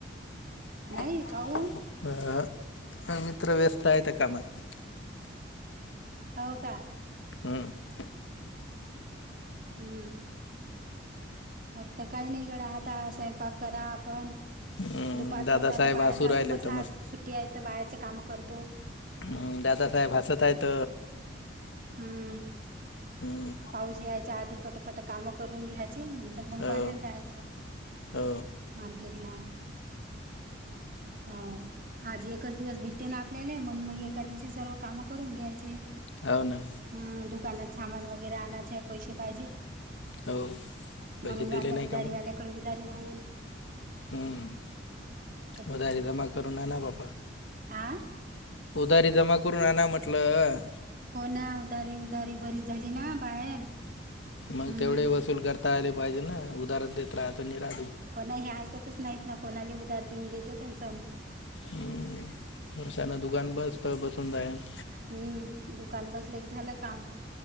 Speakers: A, on the left (about 75°); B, on the right (about 45°).
A: <inaudible>
B: नाही काऊन हो का
A: हम्म
B: हम्म मग ते काही नाही गड्या आता ह स्वयंपाक करा आपण
A: हं,
B: दुपारपर्यंत
A: दादासाहेब
B: आता बाहेर
A: हसू
B: जातो
A: राहिले
B: म्हटलं,
A: तर
B: आज सुट्टी आहे तर बाहेरचे काम करतो
A: हम् दादा साहेब हसत आहेत.
B: हम्म
A: हं.
B: पाऊस यायच्या आधी पटापट काम करून घ्यायचे‌. नंतर मग
A: हो
B: बाहेर जायचं
A: हो
B: मार्केटला ह आज एकच दिवस भेटते ना आपल्याले म्हणून मग एका दिवशी सर्व काम करून घ्यायचे.
A: हो ना
B: हम्म दुकानात सामान वगैरे आणायचे पैसे पाहिजे
A: हो
B: म्हणुन
A: पैसे
B: आता
A: दिले नाही
B: उधारीवाल्याकडे
A: का मग
B: उधारी मागून
A: हं.
B: <inaudible>
A: उधारी जमा करू ना आना बापा
B: आ
A: उधारी जमा करुन आना म्हटलं
B: हो ना उधारी, उधारी बरीच झाली ना बाहेर
A: मग
B: हम्म
A: तेवढे वसुल करता आले पाहिजे ना उदाहरण देत राहायच निर्हा
B: पण हे ऐकतच नाहीत ना कोणाला उधार देऊन देते च
A: हम्मशान दुकान बसत बसून जायना <inaudible>
B: हम्म दुकान बसलं की झालं काम.